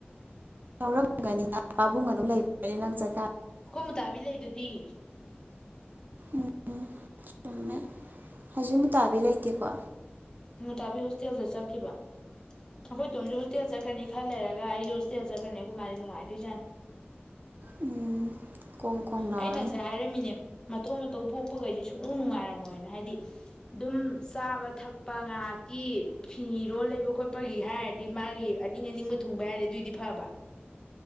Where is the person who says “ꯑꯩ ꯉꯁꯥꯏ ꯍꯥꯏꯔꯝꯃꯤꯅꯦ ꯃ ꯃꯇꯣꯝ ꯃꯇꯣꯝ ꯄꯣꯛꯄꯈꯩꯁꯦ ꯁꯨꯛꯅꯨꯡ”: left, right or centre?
Left